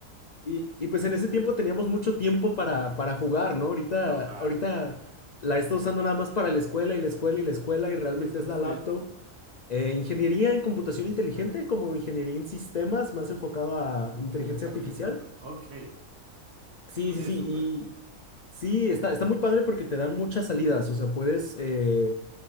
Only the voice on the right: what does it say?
<laughs> Total.
¿Qué estás
estudiando?
Ah, súper.
Al desarrollo
de software. Ok.
Oye,
súper.